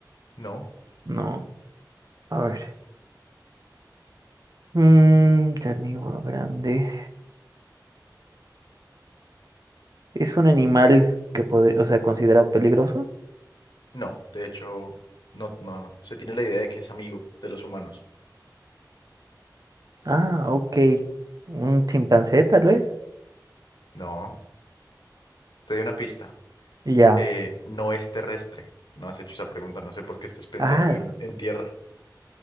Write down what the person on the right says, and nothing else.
No, a ver. Mm, carnívoro grande. ¿Es un animal que puede, o sea, considerado peligroso?
Ah, ok. Un chimpancé, tal vez.
Ya.
Ah,